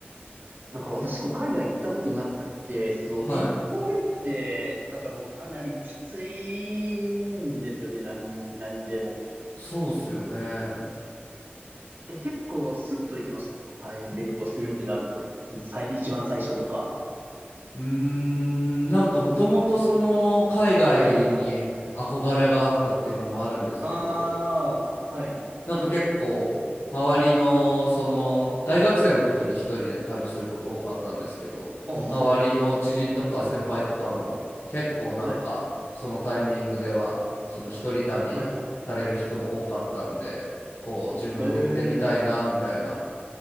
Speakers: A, on the right; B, on the left.
A: なんか私、こう、海外行ったことなくて、その、
B: はい
A: 一歩目って、なんかこう、かなりきついんですよね。何、何でも。
B: そうっすよね。う
A: え、結構、スッと行きました。その、海外旅行するってなると。その、最、一番最初とか。
B: ーんなんかもともとその海外に憧れがあったっていうのもあるんですけど
A: はい。ああ、はい。
B: なんか結構周りのその大学生の時に一人で旅すること多かったんですけど周りの知人とか先輩とかも結構なんかそのタイミングではその一人旅される人も多かったんでこう自分も行ってみたいなみたいな
A: おお、はい、はい、はい。ええ、